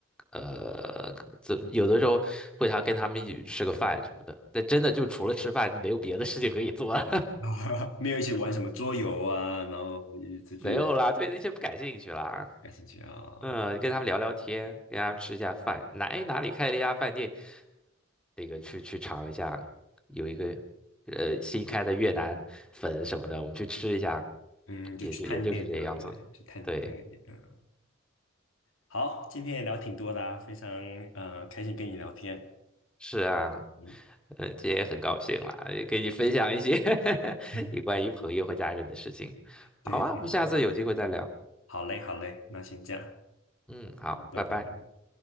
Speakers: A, in the centre; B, on the left.
A: 呃，怎有的时候会他跟他们一起吃个饭什么的，但真的就除了吃饭没有别的事情可以做了。
B: <laughs> 没有一起玩什么桌游啊，然后一起出去
A: 没有啦，对那些不感兴趣啦。啊
B: 感兴趣啊，
A: 嗯，跟他们聊聊天，跟他们吃一下饭，哪哎哪里开了一家饭店，那个去去尝一下，有一个呃新开的越南粉什么的，我们去吃一下，
B: 嗯，就去探店这样，
A: 也就也就是这个样子。
B: 对，去探探个店，
A: 对，
B: 嗯好，今天也聊挺多的啊，非常呃开心跟你聊天。
A: 是啊，
B: 嗯，
A: 嗯，今天也很高兴啦，也跟你分享一些 <laughs>
B: <laughs>
A: 有关于朋友和家人的事情。
B: 对，
A: 好啊，
B: 挺好的。
A: 我们下次有机会再聊。
B: 好嘞，好嘞，那先这样，
A: 嗯，好，
B: 嗯拜拜。
A: 拜拜。